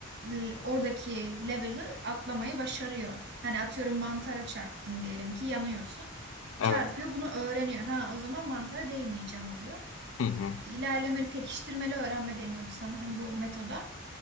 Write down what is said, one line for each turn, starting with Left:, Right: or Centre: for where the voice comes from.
Right: l- oradaki level'ı atlamayı başarıyor. Hani atıyorum mantara çarptın diyelim ki yanıyorsun.
Left: Evet.
Right: Çarpıyor bunu öğreniyor. Ha o zaman mantara değmeyeceğim oluyor.
Left: Hı hı.
Right: İlerlemeli pekiştirmeli öğrenme deniyordu sanırım bu metoda.